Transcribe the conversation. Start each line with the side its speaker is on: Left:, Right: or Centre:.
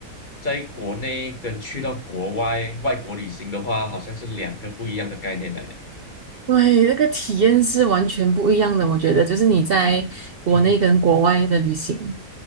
Left: 在国内跟去到国外外国旅行的话，好像是两个不一样的概念来的。
Right: 对，那个体验是完全不一样的，我觉得就是你在国内跟国外的旅行，
Left: 嗯哼，